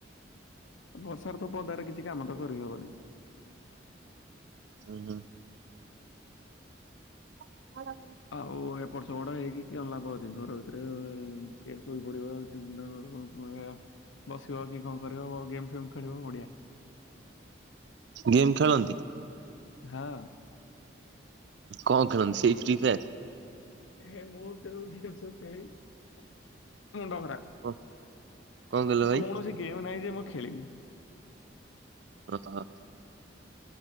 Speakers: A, on the left; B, on the right.
A: ବର୍ଷାର ତ ପଦାରେ କିଛି କାମ ତ କରିହବନି
B: ଓ ହୋ ହୁଁ
A: ଆଉ ଏପ ବଡ ହେଇକି କି ଲାଭ ଅଛି ଘର ଭିତରେ ସୋଇ ପଡିବି ବସିବ କି କଣ କରିବ ଓ ଗେମ୍ ଫେମ ଖେଳିବ ଓଢିଆ
B: ଗେମ୍ ଖେଳନ୍ତି
A: ହଁ
B: କଣ ଖେଳନ୍ତି ସେଇ ଫି ଫେ ଏର
A: ହେ ମୁଁବୁ ଗେ ସବୁଳି ମୁ ଡଙ୍ଗରା
B: କଣ କଣ କହିଲ ଭାଇ?
A: କୌଣସି ଗେମ୍ ନାହିଁ ଯେ ମୁଁ ଖେଳିନି
B: ହ